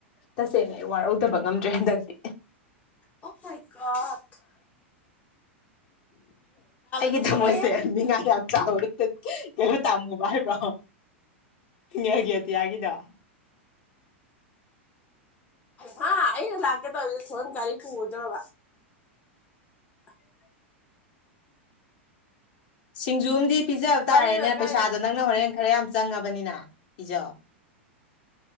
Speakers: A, on the left; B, on the left.
A: ꯇꯁꯦꯡꯅ ꯑꯩ ꯋꯥꯔꯧꯗꯕ ꯉꯝꯗ꯭ꯔꯦ ꯍꯟꯗꯛꯇꯤ
B: ꯑꯣ ꯃꯥꯏ ꯒꯣꯠ
A: ꯑꯩꯒꯤ
B: ꯅꯨꯡꯁꯤꯔꯣꯏꯍꯦ
A: ꯊꯝꯃꯣꯏꯁꯦ ꯅꯤꯡꯉꯥꯏ ꯌꯥꯝ ꯆꯥꯎꯑꯦ ꯇꯥꯃꯨꯕꯥ ꯍꯥꯏꯕ꯭ꯔꯣ ꯏꯉꯦꯜꯒꯤ ꯑꯇꯤꯌꯥꯒꯤꯗꯣ
B: ꯍꯥ ꯑꯩꯩꯅ ꯂꯥꯛꯀꯦ ꯇꯧꯔ ꯊꯣꯏꯅ ꯒꯥꯔꯤ ꯄꯨꯔ ꯗꯧꯔꯕ <inaudible>
A: ꯁꯤꯡꯖꯨ ꯑꯝꯗꯤ ꯄꯤꯖꯕ ꯇꯥꯔꯦꯅꯦ
B: ꯄꯔꯤ ꯑꯣꯏ ꯀꯥꯏꯗꯅꯣ
A: ꯄꯩꯁꯥꯗꯣ ꯅꯪꯅ ꯍꯣꯔꯦꯟ ꯈꯔ ꯌꯥꯝ ꯆꯪꯉꯕꯅꯤꯅ ꯄꯤꯖꯧ